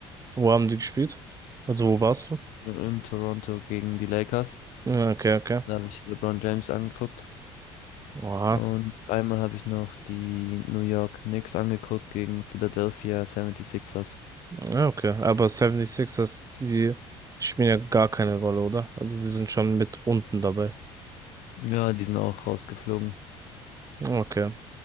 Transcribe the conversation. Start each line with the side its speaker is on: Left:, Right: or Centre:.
Right: Wo haben die gespielt? Also wo warst du?
Left: in Toronto gegen die Lakers.
Right: Ja, Okay, okay.
Left: Da habe ich LeBron James angeguckt.
Right: Oha.
Left: Und einmal habe ich noch die New York Knicks angeguckt gegen Philadelphia 76ers.
Right: Ja, okay. Aber 76ers, die spielen ja gar keine Rolle, oder? Also sie sind schon mit unten dabei.
Left: Ja, die sind auch rausgeflogen.
Right: Okay.